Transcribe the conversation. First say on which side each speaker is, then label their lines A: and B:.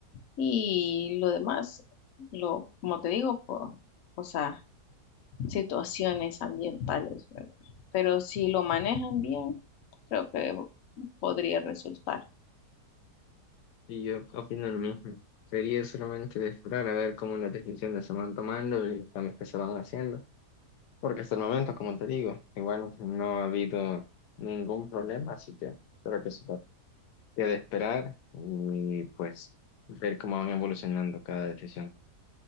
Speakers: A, on the left; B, on the left.
A: Y lo demás, lo, como te digo, po- o sea, situaciones ambientales, ¿verdad? Pero si lo manejan bien, creo que podría resultar.
B: Y yo opino lo mismo. Sería solamente de esperar a ver cómo las decisiones se van tomando y los cambios que se van haciendo. Porque hasta el momento, como te digo, igual no ha habido ningún problema, así que creo que eso queda esperar y pues ver cómo van evolucionando cada decisión.